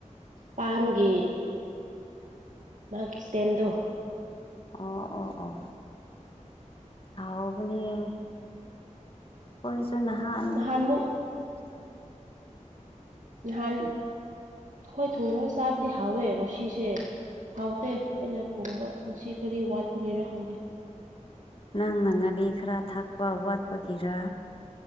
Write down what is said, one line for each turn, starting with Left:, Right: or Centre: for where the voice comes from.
Right: ꯄꯥꯟꯒꯤ ꯃꯥꯒꯤ ꯏꯁꯇꯦꯝꯗꯨꯣ
Left: ꯑꯣ ꯑꯣ ꯑꯣ ꯍꯥꯎꯥꯎꯕ ꯀꯁꯨ ꯅꯍꯥꯛ
Right: ꯍꯥꯟꯃꯨ
Left: ꯐꯔꯦ
Right: ꯅꯍꯥꯟ ꯍꯣꯏ ꯊꯣꯡꯉꯒ ꯆꯥꯕꯗꯤ ꯍꯥꯎꯋꯦ ꯉꯟꯁꯤꯁꯦ ꯍꯥꯎꯇꯦ ꯑꯩꯅ ꯊꯣꯡꯕ ꯉꯅꯨꯡꯁꯤ ꯇꯔꯤ ꯋꯥ ꯇꯨꯔ ꯍꯣꯟꯦ
Left: ꯅꯪꯅꯉꯗꯤ ꯈꯔ ꯊꯥꯛꯄ ꯋꯥꯠꯄꯒꯤꯔ